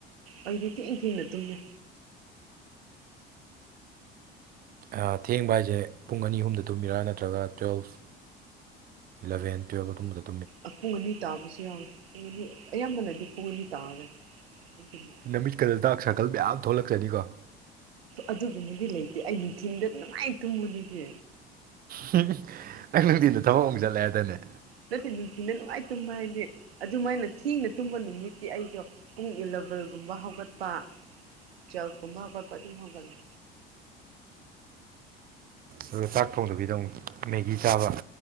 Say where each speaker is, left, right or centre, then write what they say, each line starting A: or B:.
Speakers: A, on the right; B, on the right.
A: ꯑꯩꯗꯤ ꯊꯦꯡ ꯊꯦꯡꯅ ꯇꯨꯝꯃꯦ
B: ꯑꯥ ꯊꯦꯡꯕ ꯍꯥꯏꯖꯦ ꯄꯨꯡ ꯑꯅꯤ ꯑꯍꯨꯝꯗ ꯇꯨꯝꯃꯤꯔꯥ ꯅꯠꯇ꯭ꯔꯒ ꯇꯨꯋꯦꯜꯐ ꯏꯂ‌ꯕꯦꯟ ꯇꯨꯌꯦꯞ ꯑꯗꯨꯨꯝꯕꯗ
A: ꯑ ꯄꯨꯡ ꯑꯅꯤ ꯇꯥꯕꯁꯨ ꯌꯥꯎꯋꯦ ꯄꯨꯡ ꯑꯅꯤ ꯑꯌꯥꯝꯕꯅꯗꯤ ꯄꯨꯡ ꯑꯅꯤ ꯇꯥꯔ‌ꯦ ꯑꯩꯅ ꯇꯨꯝꯕ
B: ꯅꯃꯤꯠꯀꯥꯗꯣ ꯗꯥꯛ ꯁꯥꯔꯀꯜ ꯃꯌꯥꯝ ꯊꯣꯛꯂꯛꯆꯅꯤꯀꯣ
A: ꯑꯗꯨꯒꯨꯝꯕꯗꯤ ꯂꯩꯇꯦ ꯑꯩ ꯅꯨꯡꯊꯤꯟꯗ ꯅꯨꯡꯉꯥꯏ ꯇꯨꯝꯕꯗꯨꯗꯤ
B: ꯍꯨ ꯎꯞ ꯅꯪ ꯅꯨꯡꯗꯤꯟꯗ ꯊꯕꯛ ꯑꯃꯨꯛ ꯆꯠꯂꯦ ꯍꯥꯏꯗꯥꯏꯅ‌ꯦ
A: ꯅꯠꯇꯦ ꯅꯨꯡꯊꯤꯟꯗ ꯅꯨꯡꯉꯥꯏ ꯇꯨꯝꯕ ꯍꯥꯏꯗꯤ ꯑꯗꯨꯃꯥꯏꯅ ꯊꯦꯡꯅ ꯇꯨꯝꯕ ꯅꯨꯃꯤꯠꯇꯤ ꯑꯩꯗꯣ ꯄꯨꯡ ꯏꯂꯚꯦꯟꯒꯨꯝꯕ ꯍꯧꯒꯠꯄ ꯇꯨꯋꯦꯜꯐꯀꯨꯝꯕ ꯍꯧꯒꯠꯄ ꯑꯗꯨꯝ ꯍꯧꯒꯠꯂ‌ꯦ
B: ꯑꯗꯨꯒ ꯆꯥꯛ ꯊꯣꯡꯗꯕꯤꯗ ꯑꯃꯨꯛ ꯃꯦꯒꯤ ꯆꯥꯕ <unintelligible>